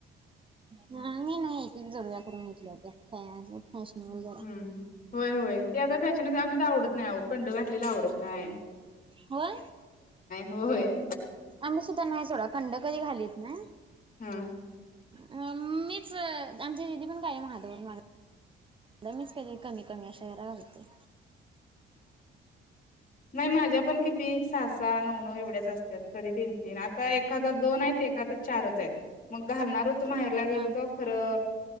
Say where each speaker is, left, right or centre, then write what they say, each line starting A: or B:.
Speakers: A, on the right; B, on the left.
A: हा मी नाइ एक एक जोडव्या करून घेतल्या होत्या <unintelligible>
B: हम्म
A: जरा.
B: हम्म होय होय ते आता फॅशनचं हाय आमच्यात आवडत नाइ ओ कंड घातलेला आवडत नाय
A: होय
B: होय
A: आम्ही सुद्धा नाई सोडा कंड कधी घालीत नाई
B: हम्म.
A: मीच अं आमच्या दिदी पण कायम हातभर माग मीच कायतरी कमी कमी अशा घरा घालते.
B: नाइ माझ्या पण किती सा सा नऊ न हूं एवढ्याच असत्यात कधी तीन तीन आता एका हातात दोन हाईत एका हातात चारच हायत मग घालणार हुत त माहेरला गेलतो
A: हा
B: खरं